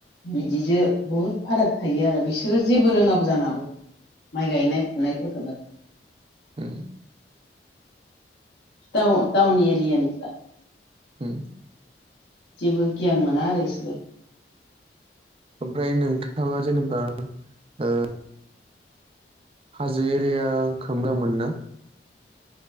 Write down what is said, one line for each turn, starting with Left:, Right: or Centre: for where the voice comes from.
Left: बिदिजों बहुद फाराग थायो आरो बिसोरो जेबो रोङाबो जानो हागौ। माइ गायनाय फुनायफोरखौबो
Right: ओम
Left: टाउन टाउन एरिया निफ्रा
Right: होम
Left: जेबो गियान मोना आरो इसोरो
Right: ओमफ्राय नोंथाङा जेनेबा ओ हाजो एरिया खो मोजां मोनो ना?